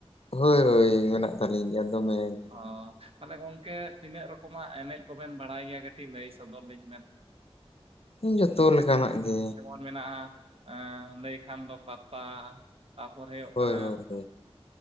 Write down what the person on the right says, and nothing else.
ᱚ, ᱛᱟᱦᱚᱸᱞᱮ ᱜᱚᱝᱠᱮ ᱛᱤᱱᱟᱹᱜ ᱨᱚᱠᱚᱢᱟᱜ ᱮᱱᱮᱡ ᱠᱚᱵᱮᱱ ᱵᱟᱲᱟᱭ ᱜᱮᱭᱟ ᱠᱟᱹᱴᱤᱡ ᱞᱟᱹᱭ ᱥᱚᱫᱚᱨ ᱞᱤᱧ ᱵᱮᱱ᱾
ᱢᱮᱱᱟᱜ-ᱟ
ᱡᱮᱢᱚᱱ᱾ ᱢᱮᱱᱟᱜ-ᱟ ᱟ ᱱᱟᱹᱭ ᱠᱷᱟᱱ ᱫᱚ ᱯᱟᱛᱟ᱾ ᱛᱟᱯᱚᱨ ᱦᱩᱭᱩᱜ
ᱠᱟᱱᱟ᱾